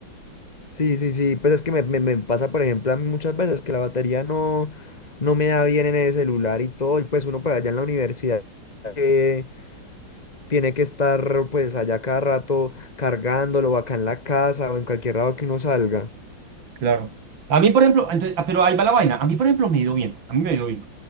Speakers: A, on the left; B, on the right.
A: Sí, sí, sí, pues es que me, me- me pasa, por ejemplo, a mí muchas veces que la batería no, no me da bien en el celular y todo, y pues uno para allá en la universidad eh, tiene que estar pues allá cada rato cargándolo o acá en la casa o en cualquier lado que uno salga.
B: Claro. A mí, por ejemplo, entonces, ah, pero ahí va la vaina. A mí, por ejemplo, me ha ido bien. A mí me ha ido bien.